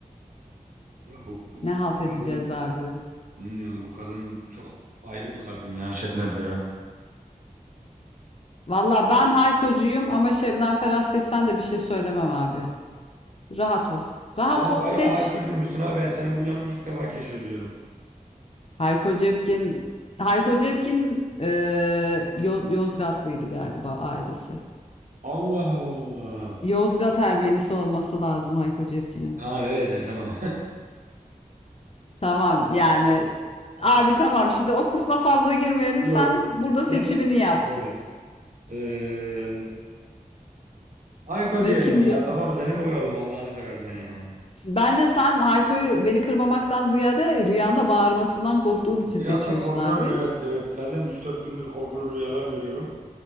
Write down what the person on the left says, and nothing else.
Ne halt edeceğiz
abi?
Vallahi ben Hayko'cuyum ama Şebnem Ferah seçsen de bir şey söylemem abi. Rahat ol. Rahat
ol,
seç.
Hayko Cepkin, Hayko Cepkin eee, Yoz- Yozgatlıydı galiba ailesi.
Yozgat Ermenisi olması lazım Hayko Cepkin'in.
Tamam
yani
abi tamam şimdi o kısma fazla girmeyelim
sen burada
seçimini yap.
Ne,
kim
diyorsun?
Siz- Bence sen Hayko'yu beni kırmamaktan ziyade rüyanda bağırmasından korktuğun için
seçiyorsun
abi.